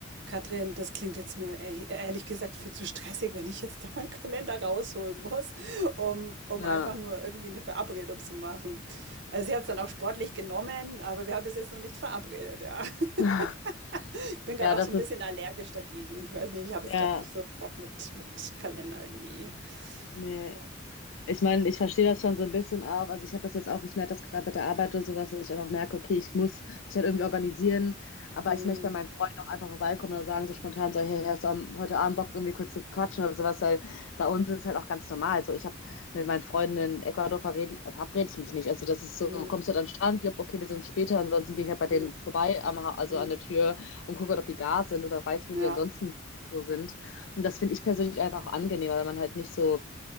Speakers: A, on the right; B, on the left.
A: Katrin, das klingt jetzt mir ehr- ehrlich gesagt viel zu stressig, wenn ich jetzt da meinen Kalender rausholen muss, um, um
B: Ja.
A: einfach nur irgendwie eine Verabredung zu machen. Also sie hat es dann auch sportlich genommen, aber wir haben es jetzt noch nicht verabredet, ja. <laughs>
B: Ja,
A: Ich bin gerade
B: das
A: auch so ein
B: ist,
A: bisschen allergisch dagegen. Ich weiß nicht, ich habe
B: ja,
A: jetzt gerade nicht so Bock mit, mit Kalender irgendwie.
B: nee,
A: Ja.
B: Ich meine, ich verstehe das schon so ein bisschen auch. Also ich habe das jetzt auch, ich merke das gerade bei der Arbeit oder sowas, dass ich dann auch merke, okay, ich muss mich halt irgendwie organisieren, aber
A: Hm,
B: ich möchte bei meinen Freunden auch einfach vorbeikommen und sagen so spontan so, hey, hast du am, heute Abend Bock irgendwie kurz zu quatschen oder sowas, weil bei uns ist es halt auch ganz normal. So, ich habe mit meinen Freunden in Ecuador verrede, verabrede ich mich nicht. Also das ist so,
A: hm,
B: kommst du dann an den Strand, jupp, okay, wir sind später, ansonsten gehe ich halt bei denen
A: hm,
B: vorbei, am, Ha- also
A: hm,
B: an der Tür und gucke, ob die da sind oder weiß,
A: ja.
B: wo die ansonsten so sind. Und das finde ich persönlich einfach auch angenehmer, wenn man halt nicht so